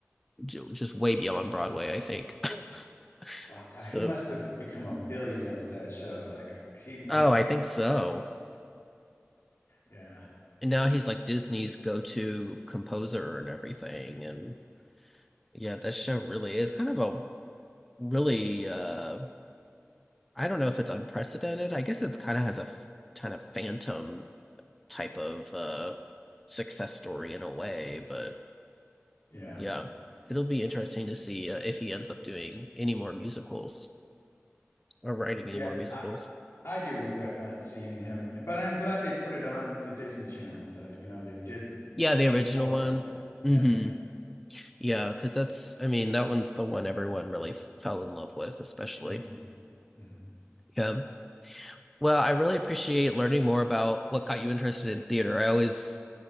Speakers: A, in the centre; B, on the left (about 70°).
A: j- just way beyond Broadway, I think. <laughs>
B: Well, God,
A: So,
B: he must have become a billionaire with that show. Like he must,
A: oh, I think so.
B: yeah.
A: And now he's like Disney's go-to composer and everything. And yeah, that show really is kind of a really uh I don't know if it's unprecedented. I guess it's kind of has a f- kind of phantom type of uh success story in a way, but
B: Yeah.
A: yeah, it'll be interesting to see uh, if he ends up doing any more musicals or writing
B: Yeah.
A: any more musicals.
B: I I do regret not seeing him, but I'm glad they put it on the Disney Channel. The, you know, they did
A: Yeah, the original
B: recorded.
A: one.
B: Yeah.
A: hmm Yeah, because that's, I mean, that one's the one everyone really f- fell in love with, especially.
B: hmm hmm
A: Yeah. Well, I really appreciate learning more about what got you interested in theater. I always